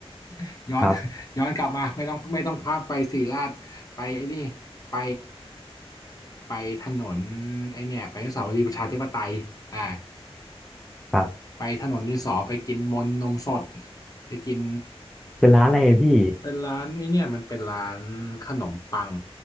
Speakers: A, on the left; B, in the centre.
A: ๆย้อน
B: ครับ
A: <laughs> ย้อนกลับมาไม่ต้องไม่ต้องข้ามไปสิริราชไปไอ้นี่ไปไปถนนไอ้เนี่ยไปอนุสาวรีย์ประชาธิปไตยอ่า
B: ครับ
A: ไปถนนดินสอไปกินมนต์นมสดไปกิน
B: เป็นร้านอะไรพี่
A: เป็นร้านไอเนี่ยมันเป็นร้านขนมปัง